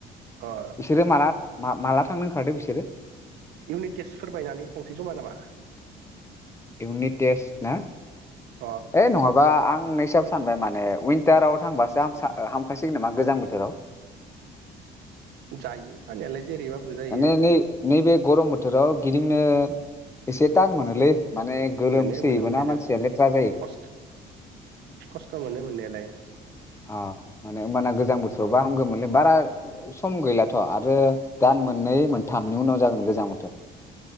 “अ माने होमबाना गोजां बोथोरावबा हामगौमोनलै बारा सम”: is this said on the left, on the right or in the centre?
Left